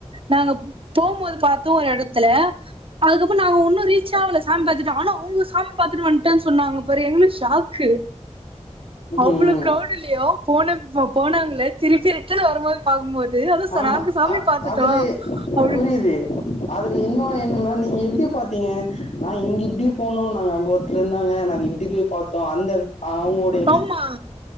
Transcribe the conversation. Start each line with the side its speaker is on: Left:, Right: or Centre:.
Right: நாங்க போகும்போது பாத்தோ ஒரு எடத்ல அதுக்கப்றோ நாங்க ஒன்னு ரீச் ஆகல சாமி பாத்துட்டு ஆனா அவுங்க சாமி பாத்து வன்ட்டா ன்னு சொன்னாங்க பாரு எங்களுக்கு ஷாக்கு
Left: ம்
Right: அவ்வளவு க்ரௌட்டிலையு போன போனாங்கள திருப்பி ரிட்டர்ன் வரும் போது பாக்கும்போது அத
Left: ஆமா
Right: நாங்க சாமி
Left: அ
Right: பாத்துட்டோ
Left: அதுல
Right: அப்டின்னு
Left: புரியுது அதுல இன்னு என்னன்னா நீங்க எப்டி பாத்தீங்க நா இங்க இப்டி போனோ நாங்க அங்க ஒருத்தர் இருந்தாங்க நாங்க இப்டி போய் பாத்தோம் அந்த அவுங்களுடைய
Right: ஆமா